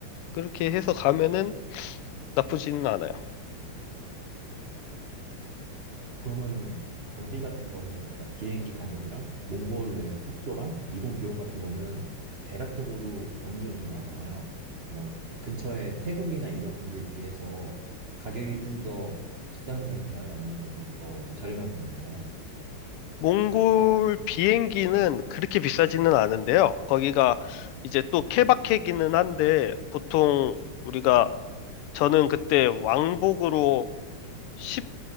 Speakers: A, on the left; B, on the right.
A: 그렇게 해서 가면은 나쁘지는 않아요.
B: 그러면은 경비 같은 거는 그러니까 비행기 가격이랑 몽골 내에서 숙소랑 이동 비용 같은 거는 대략적으로 어느 정도 나눠요? 뭐 근처에 태국이나 이런 데에 비해서 가격이 좀 더 비싼 편인가요? 아니면 더 저렴한 편인가요?
A: 몽골 비행기는 그렇게 비싸지는 않은데요. 거기가 이제 또 케바케기는 한데 보통 우리가 저는 그때 왕복으로 1